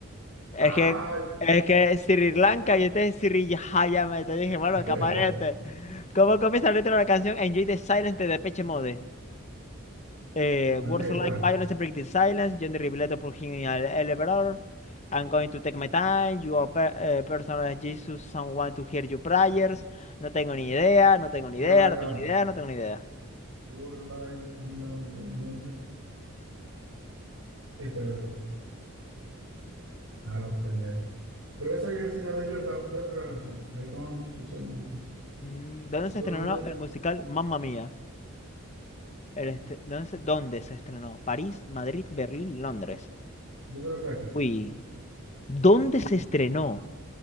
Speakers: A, on the left (about 30°); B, on the right (about 85°).
A: Es
B: ¡Ah!
A: que,
B: el-
A: es que Sri Lanka y este es Sri Jayame. Entonces dije,
B: <laughs>
A: bueno, capaz este. ¿Cómo comienza la letra de la canción Enjoy the Silence de Depeche Mode? Eh,
B: La
A: words
B: letra.
A: like violence break the silence. John the Revelator por him in an elevator. I'm going to take my time. You are per- eh, personal as Jesus. Someone to hear your prayers. No tengo ni idea, no tengo ni
B: Ya
A: idea,
B: va, ya
A: no tengo
B: va.
A: ni idea, no tengo ni idea.
B: World Lies Belong to Mesa. Esta creo que es. Ah, la primera. Pero esa que señalé yo está dentro de la canción. I gone to change my...
A: Mm, ¿Dónde
B: ¿Dónde?
A: se estrenó el musical Mamma Mía? El este- ¿dónde se, dónde se estrenó? ¿París, Madrid, Berlín, Londres?
B: Yo creo que aquí.
A: Uy. ¿Dónde se estrenó?